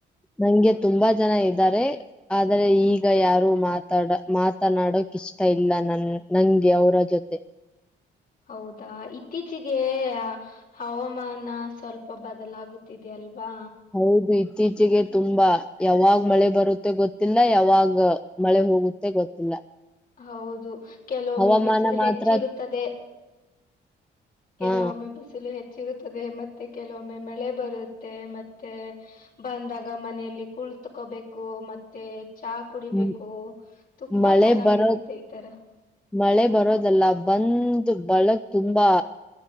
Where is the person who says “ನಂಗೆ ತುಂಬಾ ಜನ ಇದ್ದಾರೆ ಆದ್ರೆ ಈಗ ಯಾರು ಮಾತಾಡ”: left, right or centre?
Centre